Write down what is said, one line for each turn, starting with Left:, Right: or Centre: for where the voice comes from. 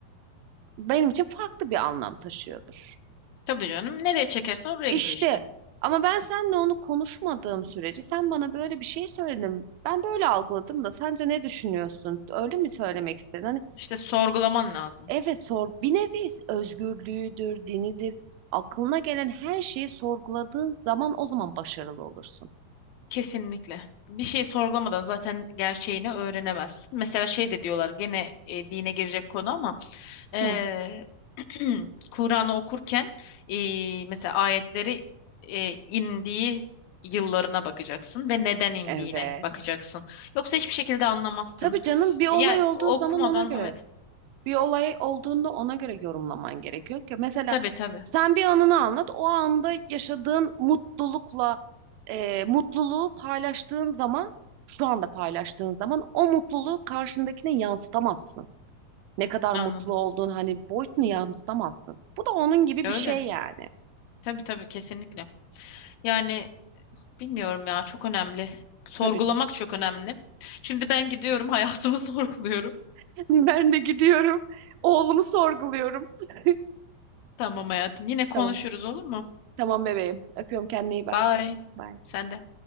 Right: benim için farklı bir anlam taşıyordur.
Left: Tabii canım. Nereye çekersen oraya
Right: İşte
Left: gidiyor işte.
Right: ama ben seninle onu konuşmadığım sürece sen bana böyle bir şey söyledin. Ben böyle algıladım da sence ne düşünüyorsun? Öyle mi söylemek istedin?
Left: İşte sorgulaman lazım.
Right: Evet sor bir nevi özgürlüğüdür, dinidir. Aklına gelen her şeyi sorguladığın zaman o zaman başarılı olursun.
Left: Kesinlikle. Bir şey sorgulamadan zaten gerçeğini öğrenemezsin. Mesela şey de diyorlar gene e, dine girecek konu ama eee,
Right: Hı.
Left: <clears throat> Kur'an'ı okurken eee, mesela ayetleri eee, indiği yıllarına bakacaksın ve neden indiğine
Right: Evet.
Left: bakacaksın. Yoksa hiçbir şekilde anlamazsın.
Right: Tabii canım bir olay
Left: Yani
Right: olduğu
Left: okumadan
Right: zaman ona göre,
Left: evet.
Right: bir olay olduğunda ona göre yorumlaman gerekiyor ki mesela
Left: Tabii tabii.
Right: sen bir anını anlat, o anda yaşadığın mutlulukla e, mutluluğu paylaştığın zaman, şu anda paylaştığın zaman o mutluluğu karşındakine yansıtamazsın. ne kadar
Left: Anladım.
Right: mutlu olduğun hani boyutunu yansıtamazsın. Bu da onun gibi
Left: Öyle.
Right: bir şey yani.
Left: Tabii tabii kesinlikle. Yani bilmiyorum ya çok önemli. Sorgulamak
Right: Tabii ki.
Left: çok önemli. Şimdi ben gidiyorum hayatımı <laughs> sorguluyorum.
Right: <laughs> Ben de gidiyorum. Oğlumu sorguluyorum. <laughs>
Left: Tamam hayatım. Yine konuşuruz
Right: Tamam.
Left: olur mu?
Right: Tamam bebeğim. Öpüyorum kendine iyi
Left: Bye.
Right: bak. Bye.
Left: Sen de.